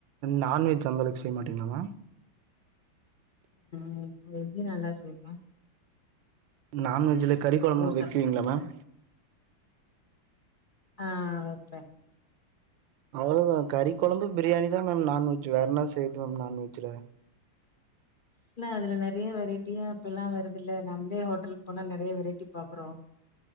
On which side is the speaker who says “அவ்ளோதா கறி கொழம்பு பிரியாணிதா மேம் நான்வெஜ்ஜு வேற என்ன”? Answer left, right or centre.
Right